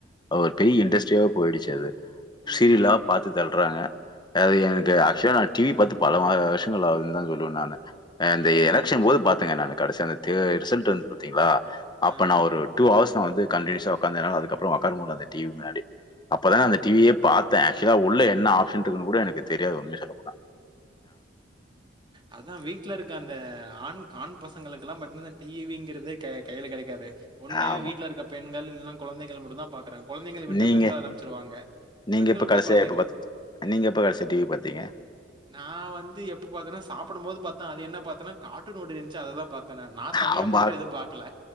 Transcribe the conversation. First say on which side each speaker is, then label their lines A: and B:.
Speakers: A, on the left (about 25°); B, on the right (about 25°).
A: ஒரு பெரிய இண்டஸ்ட்ரியா போயிடுச்சு
B: ம்,
A: சீரியலா
B: ம்,
A: பாத்து
B: ம்.
A: தள்றாங்கா அது எனக்கு
B: ஆமா.
A: ஆக்சுலா நா டிவி பார்த்து பல மா வர்ஷ் ங்களா ஆவுந்தா சொல்வ நானு அ
B: ம், ம்.
A: அந்த எலக்க்ஷன் போது பாத்தேங்க நானு கடைசியா அந்த தேர் ரிசல்ட் இருந்து பாத்தீங்களா
B: ஆ,
A: அப்ப நா ஒரு டூ அவர்ஸ் நா வந்து கண்டினியூஸா உக்காந்தேனால அதுக்கப்றோ உக்கார முடிய அந்த டிவி முன்னாடி அப்பதா
B: ஆ,
A: அந்த
B: ஆ.
A: டிவியே பாத்தே ஆக்சுவலா உள்ள
B: ம்.
A: என்ன ஆப்ஷன் இருக்குன்னு கூட எனக்கு தெரியாது உண்மைய சொல்ல போனா
B: அதா வீட்ல இருக்க அந்த ஆண் ஆண் பசங்களுக்கெலாம் பாத்தீங்ன இந்த டிவிங்கிறதே க கையில கெடைக்காது ஒண்ணு
A: ஆமா.
B: வீட்ல இருக்க பெண்கள் இல்லன கொழந்தைகள் மட்டு தா பாக்றாங்க கொழந்தைகள விட்டப்
A: நீங்க
B: பெண்கள் ஆரம்பிச்சிருவாங்க
A: நீங்க
B: பெண்கள
A: இப்ப
B: விட்ட
A: கடைசியா
B: கொழந்தைகள்
A: எப்ப பார்த்து
B: <inaudible>
A: நீங்க எப்ப கடைசியா டிவி பார்த்தீங்க?
B: நா வந்து எப்ப பாத்தேன சாப்புடும் போது பாத்தே அது என்ன பாத்தேன்னா காட்டூன் ஓடுதேன் ச்சு அததா பாத்தனே நா தனியா
A: அவன்
B: போட்டு
A: பா
B: எதுவும் பாக்கல